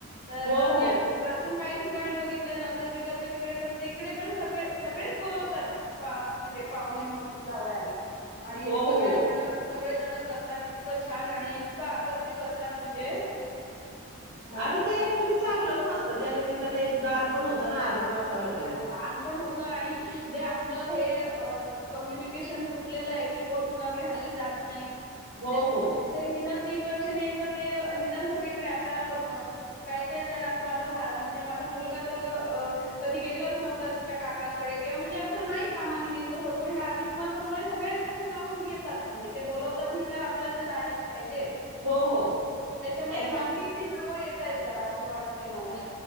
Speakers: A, on the left; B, on the right.
A: तरं
B: हो
A: मी
B: हो,
A: अजूंन कांहीं ठिकाणीं बघितलंय नगर बिगरच्यां तिकडे तरं तिकडे तरं सगळें सगळेचं बोलवतांत पां म्हणजे पाहुणे म्हणूंन लावांयला आणि
B: हो हो.
A: सगळें जणं करतांत इतकं छांन आणि इतकं अगत्यं करतांत म्हणजे अ,
B: आणि ते ऍक्च्युली चांगलं पणं असतं त्यानिमित्ताने एक दानं पणं होतं ना
A: हां.
B: अधिक मासांमध्यें
A: हां, ताण होतं आणि जे आपलं हे कम्युनिकेशन तुटलेलं आहे की कोणं कुणांकडे हल्ली जातं नाहीं
B: हो
A: त्यांच्या
B: हो,
A: ते निदांन तीनं वर्षांनी एकदां ते निदांन सगळीकडे आतां कायं कायं जणं माझां म्हणजे माझां मुलंगा तरं अ कधीं गेलंच नव्हतं तिच्यां काकांकडे किंवा म्हणजे असं नाहीं कामानिमित्यां होतं पणं ह्यां आधी उपासांमुळें सगळ्यांकडन जाऊंन येतांत म्हणजे ते बोलवतांत म्हटल्यांवर आपल्यांला ते जायलाचं पाहिजे
B: हो हो.
A: त्यांच्यामुळे
B: ऍक्च्युली
A: नाती जवळं येतायं जरां असं वाटतंय मलां